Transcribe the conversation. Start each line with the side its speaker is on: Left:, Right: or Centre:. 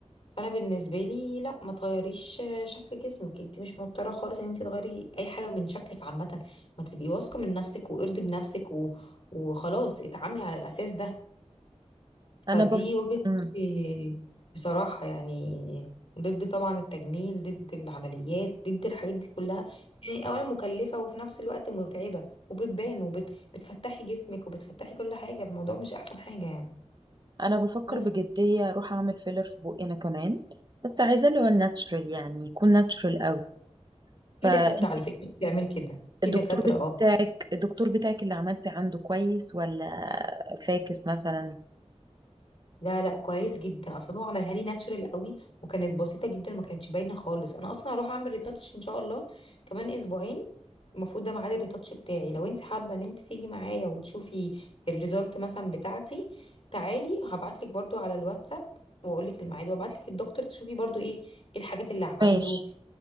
Left: فانا بالنسبه لي لا ما تغيريش شكل جسمك انت مش مضطره خالص ان انت تغيري اي حاجه من شكلك عامه ما تبقي واثقه من نفسك وارضي بنفسك و... وخلاص اتعاملي على الاساس ده
Right: انا
Left: فدي
Right: بف
Left: وجهه
Right: مم.
Left: نظري بصراحه يعني ضد طبعا التجميل ضد العمليات ضد الحاجات دي كلها يعني اولا مكلفه وفي نفس الوقت متعبه وبتبان وبتفتحي جسمك وبتفتحي كل حاجه الموضوع مش احسن حاجه يعني
Right: انا بفكر
Left: بس
Right: بجديه اروح اعمل فيلر في بقي انا كمان بس عايزاه اللي هو الناتشرال يعني يكون ناتشرال قوي
Left: في
Right: فانت
Left: دكاتره على فكره بتعمل كده في
Right: الدكتور
Left: دكاتره
Right: بت...
Left: آه
Right: الدكتور بتاعك اللي عملتي عنده كويس ولا فاكس مثلا
Left: لا لا كويس جدا اصلا هو عملها لي ناتشورال قوي وكانت بسيطه جدا ما كانتش باينه خالص انا اصلا هروح اعمل ريتاتش ان شاء الله كمان اسبوعين المفروض ده ميعاد الريتاتش بتاعي لو انت حابه ان انت تيجي معايا وتشوفي الريزلت مثلا بتاعتي تعالي هبعت لك برده على الواتساب واقول لك الميعاد وابعت لك الدكتور تشوفي برضو ايه ايه الحاجات اللي عنده
Right: ماشي